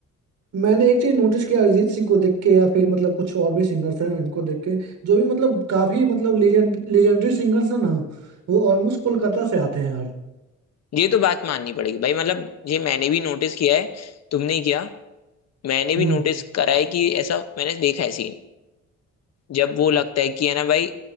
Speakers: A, on the right (about 70°); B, on the left (about 55°).
A: मैंने एक चीज नोटिस किया अरिजीत सिंह को देख के या फिर मतलब कुछ और भी सिंगर्स हैं इनको देख के जो भी मतलब काफी मतलब लेजेंड लेजेंडरी सिंगर्स हैं ना वो ऑलमोस्ट कोलकाता से आते हैं यार
B: ये तो बात माननी पड़ेगी भाई मतलब ये मैंने भी नोटिस किया है तुमने ही किया मैंने भी
A: हम्म
B: नोटिस करा है कि ऐसा मैंने देखा है सीन जब वो लगता है कि है ना भाई